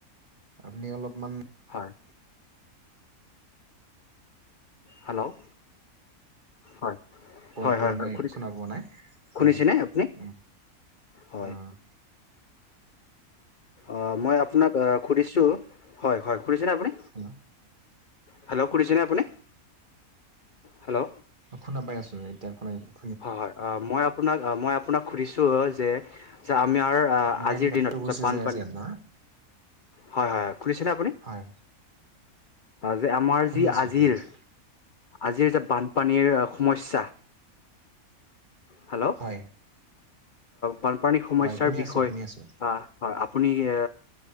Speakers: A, on the right; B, on the left.
A: আপুনি অলপমান
B: হয়। হেল্ল'! হয়।
A: <unintelligible>
B: হয় হয়
A: মই
B: হয় শুনিছে
A: শুনা পোৱা নাই হয়,
B: শুনিছেনে
A: অ'।
B: আপুনি হয়
A: অ'।
B: অ', মই আপোনাক অ', সুধিছোঁ হয়, হয়। শুনিছেনে আপুনি?
A: Hello
B: hello! শুনিছেনে আপুনি? হেল্ল'
A: শুনা পাই আছোঁ, এতিয়াৰ <unintelligible>
B: হয়, হয়, অ', মই আপোনাক, আ, মই আপোনাক সুধিছোঁ যে, <unintelligible> নাৰ আ-আজিৰ,
A: মানে
B: আজিৰ
A: নেটটো
B: দিনত
A: গুচি
B: বানপানী
A: যাই আছে আপোনাৰ
B: হয়, হয়, শুনিছেনে আপুনি?
A: হয়
B: যে আমাৰ
A: শুনি
B: যি
A: আছো
B: আজিৰ
A: শুনি আছো
B: আজিৰ যে বানপানীৰ সমস্যা। হেল্ল'
A: হয়
B: বানপানী সমস্যাৰ
A: হয় শুনি
B: বিষয়ে
A: আছো শুনি আছো
B: হয় আপুনি ইয়ে